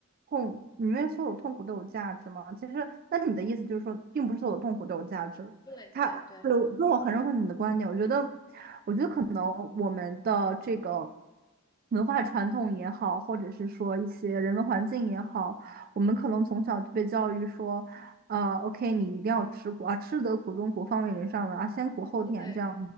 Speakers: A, on the right (about 45°); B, on the left (about 20°).
A: 痛，你认为所有痛苦都有价值吗？其实，那你的意思就是说，并不是所有痛苦都有价值。
B: 对对对
A: 他，对，我，那我很认可你的观点，我觉得，我觉得可能我们的这个文化传统也好，或者是说一些人文环境也好，我们可能从小就被教育说。呃，OK，你一定要吃苦啊，吃得苦中苦，方为人上人啊，先苦后甜这样
B: 对，